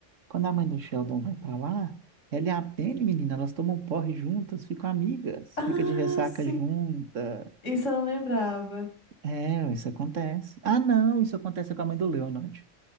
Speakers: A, on the right; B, on the left.
A: Quando a mãe do Sheldon vai pra lá, ela é a Penny, menina. Elas tomam porre juntas, ficam amigas,
B: Ah,
A: fica de ressaca
B: sim.
A: junta.
B: Isso eu não lembrava.
A: É, isso acontece. Ah, não, isso acontece com a mãe do Leonard.